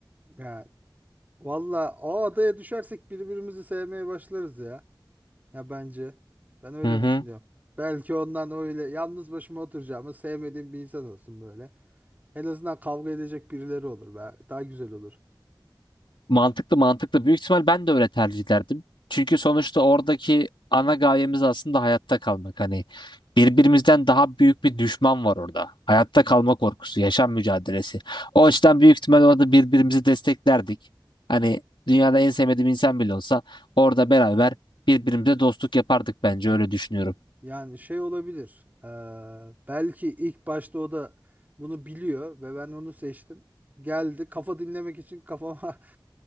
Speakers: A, on the right; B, on the left.
A: Ya valla o adaya düşersek birbirimizi sevmeye başlarız ya. Ya bence. Ben öyle
B: Hı hı.
A: düşünüyorum. Belki ondan öyle yalnız başıma oturacağımı sevmediğim bir insan olsun böyle. En azından kavga edecek birileri olur be. Daha güzel olur.
B: Mantıklı mantıklı. Büyük ihtimal ben de öyle tercih ederdim. Çünkü sonuçta oradaki ana gayemiz aslında hayatta kalmak. Hani birbirimizden daha büyük bir düşman var orada. Hayatta kalma korkusu, yaşam mücadelesi. O açıdan büyük ihtimal orada birbirimizi desteklerdik. Hani dünyada en sevmediğim insan bile olsa orada beraber birbirimize dostluk yapardık bence öyle düşünüyorum.
A: Yani şey olabilir. eee, belki ilk başta o da bunu biliyor ve ben onu seçtim. Geldi kafa dinlemek için kafama <laughs>